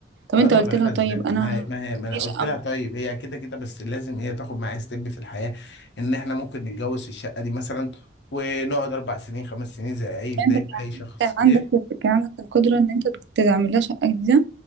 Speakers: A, on the right; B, on the left.
A: طب
B: اقدر
A: انت قلت
B: اغيرها
A: لها طيب
B: ازاي ما
A: انا
B: هي ما هي ما انا
A: دي شقة
B: قلت لها
A: م-
B: طيب هي كده كده بس لازم هي تاخد معايا ستيب في الحياه ان احنا ممكن نتجوز في الشقه دي مثلا ونقعد اربع سنين خمس سنين زي اي بدايه
A: فانت كان عن-
B: اي شخص
A: كان
B: ايه
A: عندك كان عندك القدرة ان انت تعمل لها شقة جديدة